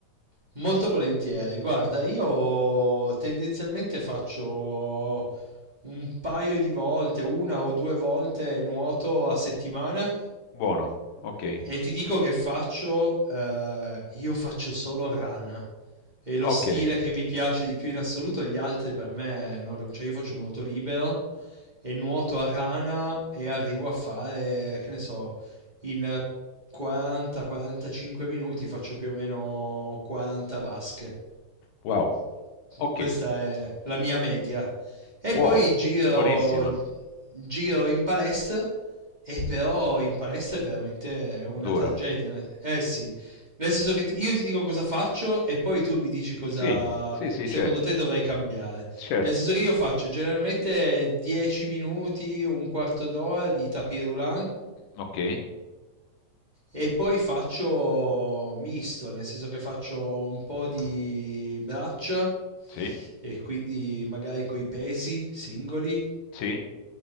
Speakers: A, on the right (about 20°); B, on the left (about 70°).
A: molto volentieri. Guarda, io tendenzialmente faccio un paio di volte, una o due volte nuoto a settimana
B: Buono, ok,
A: e ti dico che faccio, eh, io faccio solo rana. È lo
B: ok,
A: stile che mi piace di più in assoluto, gli altri per me, non- cioè io faccio nuoto libero e nuoto a rana e arrivo a fare, che ne so, in 40-45 minuti faccio più o meno 40 vasche.
B: wow, ok,
A: Questa è la mia media. E
B: buono,
A: poi giro,
B: buonissima,
A: giro in palestra e però in palestra è veramente una
B: dura.
A: tragedia. Eh sì, nel senso che ti- io ti dico cosa faccio e poi tu mi dici cosa
B: Sì, sì, sì,
A: secondo
B: certo,
A: te dovrei cambiare.
B: certo.
A: Nel senso che io faccio generalmente 10 minuti, un quarto d'ora di tapis roulant
B: Ok,
A: e poi faccio misto, nel senso che faccio un po' di braccia
B: sì,
A: e quindi magari coi pesi singoli,
B: sì,